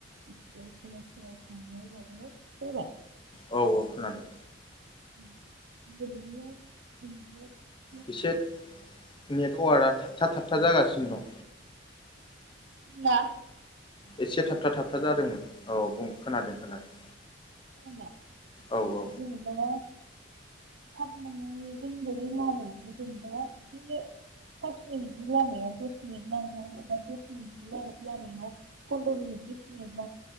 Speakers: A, on the right; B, on the left.
A: <unintelligible> कलेजफोराव थांनो बाबो फैबाय
B: औ औ औ खोनादों।
A: <unintelligible>
B: एसे नेटवार्कआ थाबथा थाबथा जागासिनो दं।
A: <unintelligible>
B: एसे थाबथा थाबथा जादोंमोन औ बुं खोनादों खोनादों
A: औ खोनादोंना
B: औ औ
A: दा जेनेबा बिदिनो <unintelligible> जेनेबा एसे <unintelligible> लामाया दस मिनिट नांगौ एबा दस मिनिटनि लामाया <unintelligible> फन्द्र' मिनिट बिस मिनिट